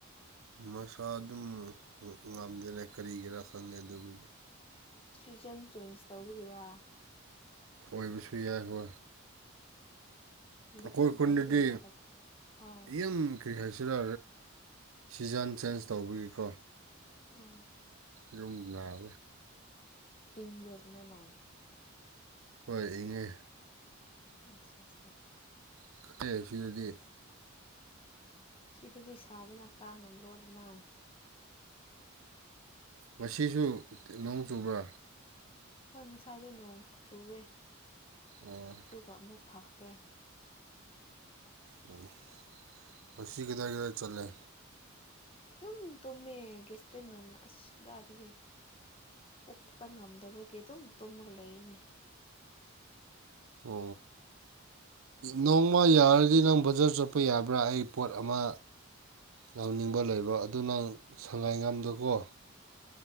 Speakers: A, on the right; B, on the left.
A: ꯃꯁꯥ ꯑꯗꯨꯝ ꯉꯝꯗꯦꯅꯦ ꯀꯔꯤꯒꯤꯔꯥ ꯈꯪꯗꯦ ꯑꯗꯨꯒꯤꯗꯤ
B: ꯁꯤꯖꯟ ꯆꯦꯟꯖ ꯇꯧꯒꯔꯥ
A: ꯃꯣꯏꯕꯤꯁꯨꯨ ꯌꯥꯏꯈ
B: ꯂꯨꯈꯣꯝ
A: ꯑꯩꯈꯣꯏ ꯈꯨꯟꯗꯗꯤ
B: ꯊꯥꯏꯗꯤ ꯂꯩꯇ꯭ꯔꯕ ꯑꯥ
A: ꯌꯥꯝ ꯀꯔꯤ ꯍꯥꯏꯁꯤꯔꯥ ꯁꯤꯖꯟ ꯆꯦꯟꯖ ꯇꯧꯕꯒꯤꯀꯣ
B: ꯑ
A: ꯂꯨꯝ ꯂꯑ
B: ꯢꯕꯔꯣ ꯇꯥꯃꯦꯅꯣꯡ
A: ꯍꯣꯏ ꯏꯉꯦ
B: ꯑꯆꯥ ꯑꯆꯥ
A: <unintelligible> ꯁꯤꯗꯗꯤ
B: ꯁꯤꯗꯗꯤ ꯁꯥꯕꯅ ꯀꯥꯡꯉꯝꯕꯔꯣꯃ
A: ꯉꯁꯤꯁꯨ ꯅꯣꯡ ꯆꯨꯕ
B: ꯍꯪꯁꯗꯦ ꯅꯣꯡ ꯆꯨꯋꯦ
A: ꯑꯣ
B: ꯇꯨ ꯀ ꯃꯨ ꯐꯥꯛ ꯈꯔꯦ
A: <unintelligible> ꯉꯁꯤ ꯀꯗꯥꯏꯗ ꯆꯠꯂꯦ
B: ꯑꯗꯨꯝ ꯇꯨꯝꯃꯦ ꯒꯦꯁꯇ꯭ꯔꯤꯛꯅ ꯑꯁꯗꯥꯗꯒꯤ ꯄꯨꯣꯛꯛꯇ ꯉꯝꯗꯕꯒꯤ ꯑꯗꯨꯝ ꯇꯨꯝꯃꯒ ꯂꯩꯏꯅꯦ
A: ꯎ ꯅꯣꯡꯃ ꯌꯥꯔꯗꯤ ꯅꯪ ꯕꯖꯥꯔ ꯆꯠꯄ ꯌꯥꯕ꯭ꯔꯥ ꯑꯩ ꯄꯣꯠ ꯑꯃ ꯌꯥꯥꯎꯅꯤꯡꯕ ꯂꯩꯕ ꯑꯗꯨ ꯅꯪ ꯁꯉꯥꯏꯒꯥꯝꯗꯀꯣ